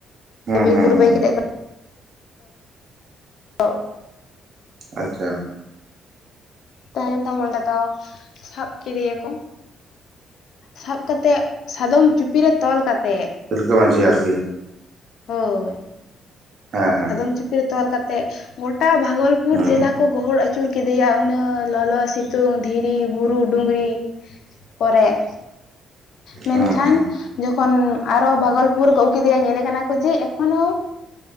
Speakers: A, on the right; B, on the left.
A: ᱦᱩᱸ
B: ᱵᱤᱨ
A: ᱦᱩᱸ
B: ᱵᱩᱨᱩ
A: ᱦᱩᱸ
B: ᱵᱟᱜᱤ ᱠᱟᱛᱮᱫ ᱫᱚ ᱚ᱾
A: ᱟᱪᱪᱷᱟ᱾
B: ᱛᱟᱦᱚᱞᱮ ᱫᱚ ᱚᱸᱰᱮ ᱠᱚ ᱥᱟᱵ ᱠᱮᱫᱮᱭᱟ ᱠᱚ᱾ ᱥᱟᱵ ᱠᱟᱛᱮᱜ ᱥᱟᱫᱚᱢ ᱪᱩᱯᱤ ᱨᱮ ᱛᱚᱞ ᱠᱟᱛᱮᱜ᱾
A: ᱛᱤᱞᱠᱟᱹ ᱢᱟᱺᱡᱷᱤ ᱟᱨᱠᱤ
B: ᱦᱳᱭ
A: ᱦᱮᱸ ᱦᱮᱸ
B: ᱥᱟᱫᱚᱢ ᱪᱤᱯᱤ ᱨᱮ ᱛᱚᱞ ᱠᱟᱛᱮ ᱛᱮᱜ ᱜᱚᱴᱟ ᱵᱷᱟᱜᱞᱯᱩᱨ
A: ᱦᱩᱸ
B: ᱡᱮᱞᱟ ᱠᱚ ᱜᱚᱦᱚᱲ ᱟᱹᱪᱩᱨ ᱠᱮᱫᱮᱭᱟ ᱩᱱᱟᱹᱜ ᱞᱚᱞᱚ ᱥᱤᱛᱩᱝ᱾ ᱫᱷᱤᱨᱤ ᱵᱩᱨᱩ ᱰᱩᱝᱨᱤ ᱠᱚᱨᱮᱱ, ᱢᱮᱱᱠᱷᱟᱱ
A: ᱦᱩᱸ ᱦᱩᱸ
B: ᱡᱚᱠᱷᱚᱱ ᱟᱨᱚ ᱵᱟᱜᱚᱞᱯᱩᱨ ᱨᱮ ᱠᱚ ᱟᱹᱜᱩ ᱠᱮᱫᱮᱭᱟ ᱧᱮᱞᱮ ᱠᱟᱱᱟ ᱠᱚ ᱡᱮ ᱮᱠᱷᱚᱱᱳ